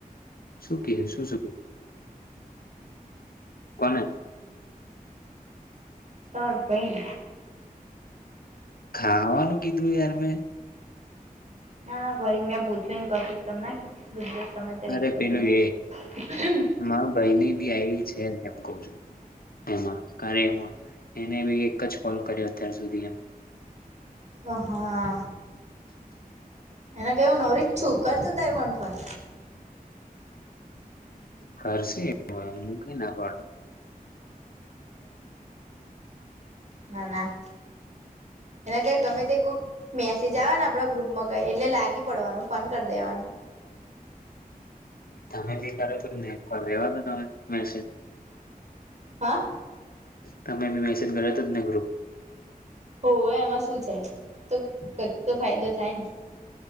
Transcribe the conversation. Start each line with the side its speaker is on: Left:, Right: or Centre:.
Left: શું ક શું શ કોને
Right: તરબન
Left: ખાવાનું કીધું યાર મેં
Right: ના ના ભરી મેં પૂછ્યું ને કશું તમનેધું ગુજરાત સમાચાર
Left: અરે
Right: એક દ્વારા
Left: પેલું એ મારા ભાઈની બી આ છે ને એમ કહ છું એમાં ક્યારે એમાં એને બી એક જ કોલ કર્યો અત્યાર સુધી એમ
Right: ઓહા એને કેવું ન ર છું કરતું થાય મનફન
Left: હશી ના પા
Right: ના ના એનેક ગમે તે કક મેસેજ આવેવા ને આપડા ગ્રુપમાં કઈ એટલે લાગી પડવાનું ફોન કરી દેવાનું
Left: તમે બી કરો છો ને કોલ લેવા નવે મેસેજ
Right: હા
Left: તમેી મેસેજ કરો તોને ગ્રુપ
Right: હો એમાં શું છે તો કઈક તો ફાયદો થાય ને